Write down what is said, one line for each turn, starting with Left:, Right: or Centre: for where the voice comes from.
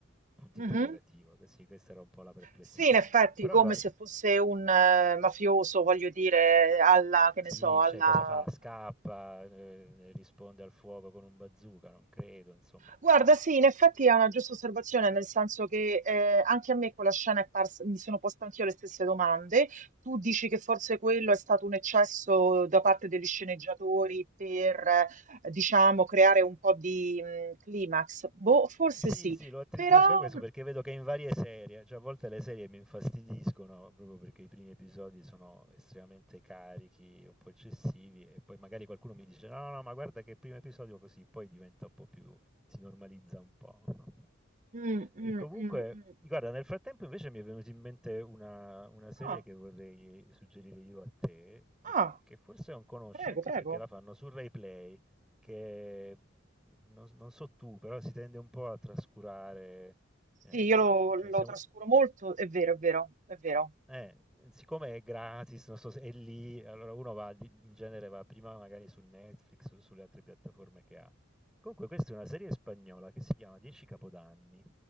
Centre: Punto
Right: Mh-mh.
Centre: interrogativo. Que sì, questa era un po' la perplessità.
Right: Sì, in effetti,
Centre: Però
Right: come
Centre: guarda
Right: se fosse un eh, mafioso, voglio dire, alla che ne
Centre: sì,
Right: so, alla
Centre: cioè cosa fa? Scappa, ehm, risponde al fuoco con un bazooka? Non credo, insomma.
Right: guarda sì, in effetti è una giusta osservazione, nel senso che, ehm, anche a me quella scena è pars mi sono posta anch'io le stesse domande. Tu dici che forse quello è stato un eccesso da parte degli sceneggiatori per, eh, diciamo, creare un po' di, mhmm, climax. Boh, forse
Centre: Sì,
Right: sì,
Centre: sì, lo attribuisco
Right: però
Centre: a questo perché vedo che in varie serie, cioè a volte le serie mi infastidiscono proprio perché i primi episodi sono estremamente carichi, un po' eccessivi e poi magari qualcuno mi dice no, no, no, ma guarda che il primo episodio così, poi diventa un po' più, si normalizza un po'. <laughs>
Right: mh,
Centre: E
Right: mh,
Centre: comunque,
Right: mh, mh.
Centre: guarda, nel frattempo invece mi è venuta in mente una, una serie
Right: Ah,
Centre: che vorrei suggerire io a te e
Right: ah,
Centre: che forse non conosci
Right: prego,
Centre: anche
Right: prego.
Centre: perché la fanno su RaiPlay che non non so tu, però si tende un po' a trascurare, ehm,
Right: Sì, io lo,
Centre: cioè
Right: lo
Centre: siamo
Right: trascuro molto, è vero, è vero, è vero.
Centre: eh, siccome è gratis, non so se è lì, allora uno va di in genere va prima magari su Netflix o sulle altre piattaforme che ha. Comunque questa è una serie spagnola che si chiama 10 capodanni.